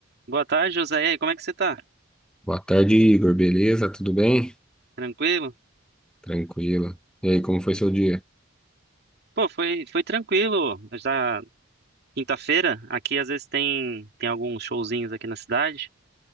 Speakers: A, on the right; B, in the centre.
A: Boa tarde, José. E aí, como é que você tá?
B: Boa tarde, Igor. Beleza? Tudo bem?
A: Tranquilo?
B: Tranquilo. E aí, como foi seu dia?
A: Pô, foi, foi tranquilo. Já quinta-feira, aqui às vezes tem, tem alguns showzinhos aqui na cidade.